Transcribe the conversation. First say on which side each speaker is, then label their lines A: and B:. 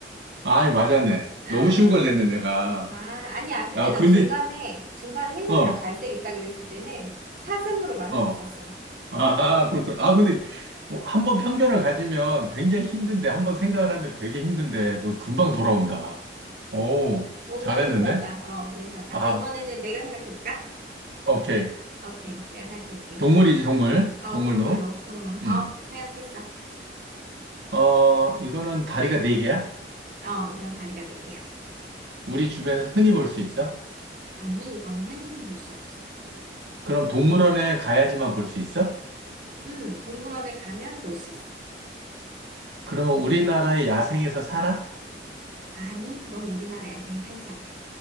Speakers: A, on the right; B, on the right.
A: 아이, 맞았네.
B: 어,
A: 너무
B: 아,
A: 쉬운 걸 냈네, 내가.
B: 아니야. 근데
A: 야,
B: 나
A: 근데,
B: 중간에, 중간에 흰색이랑
A: 어,
B: 갈색 있다 그랬을 때는 사슴으로 많이
A: 어.
B: 갔었어.
A: 아, 그렇군. 아, 근데 한번 편견을 가지면 굉장히 힘든데, 한번 생각을 하면 되게 힘든데, 너 금방
B: 음.
A: 돌아온다. 오,
B: 뭔가
A: 잘했는데?
B: 운이 좋았다. 어, 운이 좋았다.
A: 아,
B: 그럼 이번에는 내가 생각해볼까?
A: 오케이.
B: 오케이. 내가 생각해볼게.
A: 동물이지, 동물.
B: 어,
A: 동물로.
B: 동물로, 동물.
A: 음.
B: 어, 생각했어.
A: 어, 이거는 다리가 네 개야?
B: 어, 이건 다리가 네 개야.
A: 우리 주변에서 흔히 볼 수 있어?
B: 아니, 이거는 흔히는 볼 수 없어.
A: 그럼 동물원에 가야지만 볼 수 있어?
B: 음, 동물원에 가면 볼 수 있어.
A: 그러면 우리나라의 야생에서 살아?
B: 아니, 이건 우리나라 야생에 살지 않아.